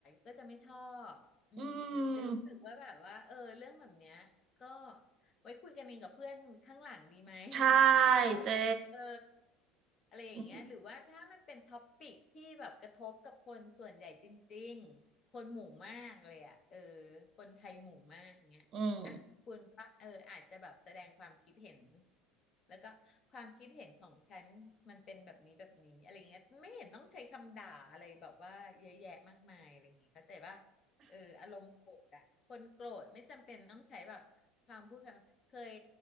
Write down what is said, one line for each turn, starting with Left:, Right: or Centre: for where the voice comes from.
Left: ก็จะไม่ชอบอืมจะรู้สึกว่าแบบว่าเออเรื่องแบบเนี้ยก็
Right: อืม
Left: ไว้คุยกันเองกับเพื่อนข้างหลังดีไหม
Right: ใช่
Left: <laughs> ก็
Right: เจ๊
Left: เอออะไรอย่างเงี้ยหรือว่าถ้ามันเป็นท็อปปิกที่แบบกระทบกับคนส่วนใหญ่จริงๆคนหมู่มากเลยอ่ะเออ
Right: อืม
Left: คนไทยหมู่มากอย่างเงี้ย
Right: อืม
Left: อ่ะคุณก็เอออาจจะแบบแสดงความคิดเห็นแล้วก็ความคิดเห็นของฉันมันเป็นแบบนี้แบบนี้อะไรเงี้ยไม่เห็นต้องใช้คำด่าอะไรแบบว่าเยอะแยะมากมายอะไรอย่างงี้เข้าใจป่ะเอออารมณ์โกรธอะคนโกรธไม่จำเป็นต้องใช้แบบความพูดคำเคย